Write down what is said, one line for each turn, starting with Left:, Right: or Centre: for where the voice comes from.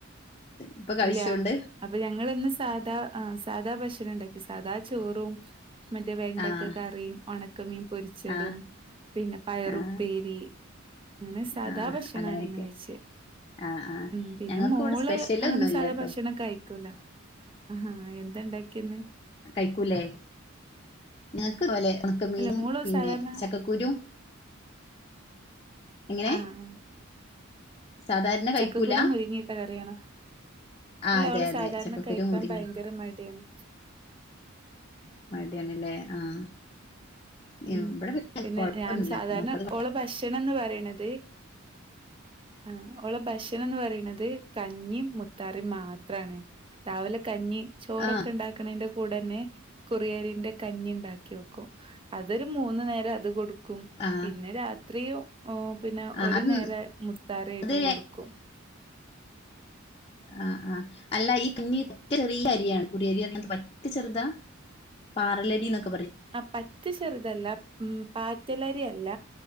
Left: ഇപ്പൊ കഴിച്ചൊണ്ട്
Right: ഇല്ല അപ്പൊ ഞങ്ങള് ഇന്ന് സാധാ ആ സാധാ ഭക്ഷണം ഉണ്ടാക്കി സാധാ ചോറും മറ്റേ വെണ്ടക്ക
Left: ആഹ്
Right: കറീം ഒണക്കമീൻ പൊരിച്ചതും
Left: ആഹ്
Right: പിന്നെ പയറുപ്പേരി
Left: ആഹ്
Right: അങ്ങനെ സാധാ
Left: ആഹ്
Right: ഭക്ഷണമാണ്
Left: അങ്ങനെയൊക്കെ
Right: ഇന്ന് കഴിചേ
Left: ആഹ് ആഹ്
Right: ഉം പിന്നെ
Left: ഞങ്ങൾക്ക്
Right: മോള്
Left: ഇവിടെ സ്പെഷ്യൽ
Right: അങ്ങനെ
Left: ഒന്നും ഇല്ലട്ടോ
Right: സാദാ ഭക്ഷണം കഴി കുല ആഹ് എന്താ ഉണ്ടാക്കിന്ന്
Left: കഴിക്കൂലേ ഞങ്ങക്ക് പോലെണ് ക്ക മീനും
Right: അല്ല മോള്
Left: പിന്നെ
Right: സാധാരണ
Left: ചക്കക്കുരും എങ്ങനെ
Right: ആഹ്
Left: സാധാരണ കഴിക്കൂല
Right: ചക്കക്കുരു മുരിങ്ങിയിട്ട കറിയാണ്
Left: ആഹ്
Right: അല്ല
Left: അതെ
Right: അവള്
Left: അതെ
Right: സാധാരണ
Left: ചക്കക്കുരു
Right: കഴിക്കാൻ
Left: മുരിങ്ങ
Right: ഭയങ്കര മടിയാണ്
Left: മഴടിയാണല്ലേ ആഹ് ഇവിടെ
Right: ഉം പിന്നെ ഞാൻ
Left: ന്നുല്ല
Right: സാധാരണ
Left: മക്കൾ
Right: ഓള ഭക്ഷണം എന്ന് പറയണത് ആഹ് ഓളെ ഭക്ഷണം എന്ന് പറയുന്നത് കഞ്ഞി മുത്താറിം മാത്രാണ് രാവിലെ കഞ്ഞി ചോറൊക്കെ
Left: ആഹ്
Right: ഉണ്ടാക്കണയ്ന്റെ കൂടെന്നെ കുറിയ്രിന്റെ കഞ്ഞിണ്ടാക്കി വെക്കും അതൊരു മൂന്നു നേരം അത് കൊടു ക്കും
Left: ആഹ്
Right: പിന്നെ രാത്രിയും പിന്നെ
Left: ആഹ്
Right: ഒരു
Left: അത്
Right: നേര മുത്താറി ആയിട്ടും
Left: അത്
Right: കൊടുക്കും
Left: ആഹ് ആഹ് അല്ല ഈ കുഞ്ഞീ പറ്റ ചെറിയ അരിയാണ് കുറിയരിപർഞ്ഞാ പറ്റ ചെറ്താ പാറലറിന്നൊക്ക
Right: ആ പറ്റ ചെർതല്ല ഉം പാറ്റലരി അല്ല